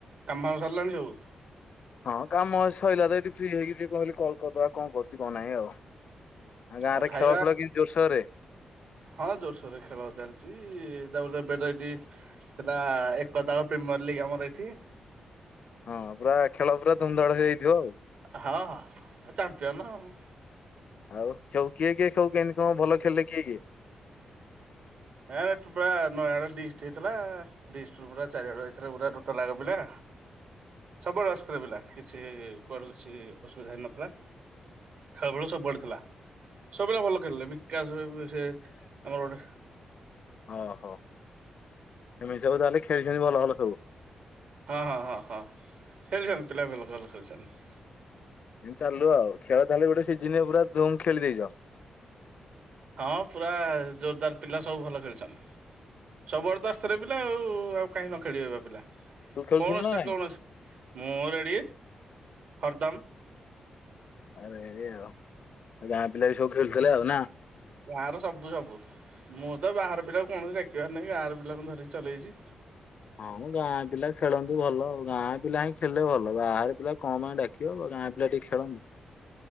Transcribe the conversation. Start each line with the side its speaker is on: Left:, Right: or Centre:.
Right: କାମ ଫାମ ସରିଲାଣି ସବୁ?
Left: ହଁ କାମ ସଇଲା ତ ଏଇଠି ଫ୍ରି ହେଇକି ଟିକେ କହିଲଗ କଲ୍ କରିଦବା କଣ କରୁଚି କଣ ନାହିଁ ଆଉ। ଆ ଗାଁରେ
Right: ଆଉ ଖାଇବା
Left: ଖେଳ ଫେଳ <unintelligible> ଜୋର୍ ସୋର୍ ରେ?
Right: ହଁ ଜୋର୍ ସୋର୍ ରେ ଖେଳ ଚାଲିଚି ତାପରେ ଏପେଟେ <unintelligible> ଥିଲା ଏକ <unintelligible> ପ୍ରିମିୟର୍ ଲିଗ୍ ଆମର ଏଠି।
Left: ହଁ ପୁରା ଖେଳ ପୁରା ଧୁମଧାମ୍ ହେଇଥିବ ଆଉ।
Right: ହଁ- ହଁ ଆ ଚାମ୍ପିଅନ ଆଉ।
Left: ଆଉ ସବୁ କିଏ କିଏ ସବୁ କେମିତି କଣ ଭଲ ଖେଳିଲେ କିଏ କିଏ?
Right: <unintelligible> ଡିଷ୍ଟି ହେଇଥିଲା <unintelligible> ପୁରା ଚାରିଆଡୁ ଆଇଥିଲେ <unintelligible> ପିଲା। ସବୁଆଡୁ ଆସୁଥିଲେ ପିଲା କିଛି କୁଆଡୁ କିଛି ଅସୁବିଧା ହେଇନଥିଲା। ଖେଳଫେଳ ସବୁଆଡ଼େ ଥିଲା ସବୁପିଲା ଭଲ ଖେଳିଲେ ବିକାଶ୍ ଭାଇ ସେ ଆମର ଗୋଟେ
Left: ଓହୋ ଏମିତି ସବୁ ତାହେଲେ ଖେଳିଚନ୍ତି ଭଲ ଭଲ ସବୁ।
Right: ହଁ- ହଁ -ହଁ -ହଁ ଖେଳିଚନ୍ତି ପିଲା ଭଲ -ଭଲ ଖେଳିଚନ୍ତି।
Left: ଏମିତି ଚାଲୁ ଆଉ ଖେଳ ତାହେଲେ ଗୋଟେ ସିଜିନ୍ ପୁରା ଧୁମ୍ ଖେଳି ଦେଇଚ?
Right: ହଁ ପୁରା ଜୋରଦାର୍ ପିଲା ସବୁ ଭଲ ଖେଳିଚନ୍ତି। ସବୁ ଆଡୁ ତ ଆସିଥିଲେ ପିଲା ଆଉ- ଆଉ କାହିଁ ନ ଖେଳିବେ ବା ପିଲା।
Left: ତୁ ଖେଳୁଥିଲୁ
Right: <unintelligible>
Left: ନା ନାଇଁ
Right: ମୁଁ ରେଡ଼ି ହରଦମ୍।
Left: ଆରେ ଏଇଆ ଆଉ ଗାଁ ପିଲା ବି ସବୁ ଖେଳୁଥିଲେ ଆଉ ନା?
Right: ଗାଁ ର ସବୁ ସବୁ ମୁଁ ତ ବାହାର ପିଲାକୁ କୌଣସି ଡାକିବାର ନାହିଁ ଗାଁ ର ପିଲାଙ୍କୁ ଧରିକି ଚଲେଇଚି।
Left: ହଁ ମ ଗାଁ ପିଲା ଖେଳନ୍ତୁ ଭଲ ଆଉ ଗାଁ ପିଲା ହିଁ ଖେଳିଲେ ଭଲ ବାହାରେ ପିଲା କଣ ପାଇଁ ଡାକିବ ଗାଁ ପିଲା ଟିକେ ଖେଳନ୍ତୁ।